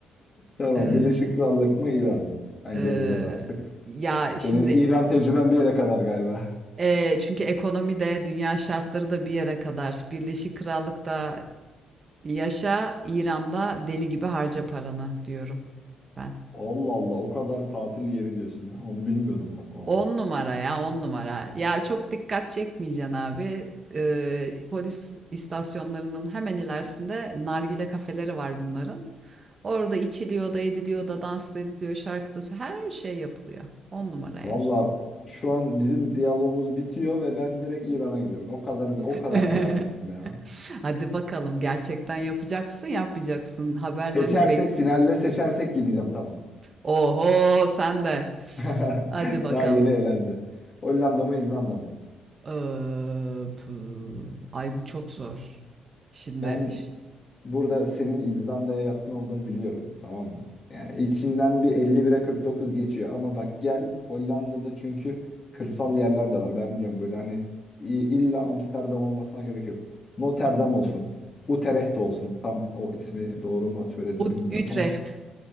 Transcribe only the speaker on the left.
Tamam,
Birleşik Krallık mı İran mı? Bence
burada da artık.
Senin
İran tecrüben bir yere kadar galiba.
Allah Allah, o kadar tatil yeri diyorsun ya. Onu bilmiyordum bak valla.
Valla şu an bizim diyalogumuz bitiyor ve ben direkt İran'a gidiyorum. O kadar o
kadar merak ettim ya.
Seçersek
finalde seçersek gideceğim tamam.
<laughs>
Daha yeni elendi. Hollanda mı İzlanda mı?
Ben
burada senin İzlanda'ya yatkın olduğunu biliyorum tamam mı? Yani içinden bir 51'e 49 geçiyor ama bak gel Hollanda'da çünkü kırsal yerler de var ben biliyorum böyle hani i- illa Amsterdam olmasına gerek yok. Rotterdam olsun, Utrecht olsun tam o ismi doğru mu söyledim
bilmiyorum
ama